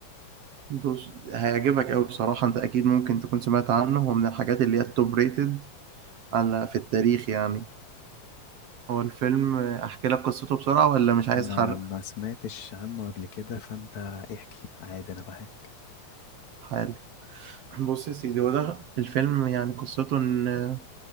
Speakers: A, on the right; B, on the left.
A: بص هيعجبك قوي بصراحة انت اكيد ممكن تكون سمعت عنه هو من الحاجات اللي هي التوب ريتد على في التاريخ يعني هو الفيلم احكي لك قصته بسرعة ولا مش عايز
B: انا
A: حرق
B: ما سمعتش عنه قبل كده فانت احكي عادي انا بهاك
A: حلو بص يا سيدي هو ده الفيلم يعني قصته ان